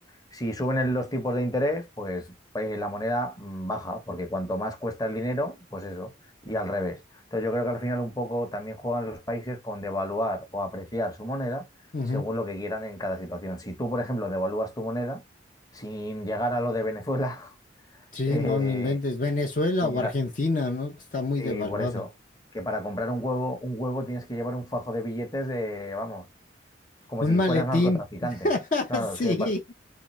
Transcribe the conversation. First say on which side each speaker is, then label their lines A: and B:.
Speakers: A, on the left; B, on the left.
A: Si suben el- los tipos de interés, pues eh, la moneda mm, baja, porque cuanto más cuesta el dinero, pues eso, y al revés. Entonces yo creo que al final un poco también juegan los países con devaluar o apreciar su moneda
B: Ujú.
A: según lo que quieran en cada situación. Si tú, por ejemplo, devalúas tu moneda sin llegar a lo de Venezuela, <laughs>
B: Sí,
A: eh,
B: no, no inventes. Venezuela
A: sin
B: o
A: llegar,
B: Argentina, ¿no? Que Está muy
A: Sí,
B: devaluada.
A: por eso. Que para comprar un huevo, un huevo tienes que llevar un fajo de billetes de, vamos, como
B: Un
A: si
B: maletín.
A: fueras narcotraficante.
B: <laughs>
A: Claro,
B: Sí,
A: es que pa-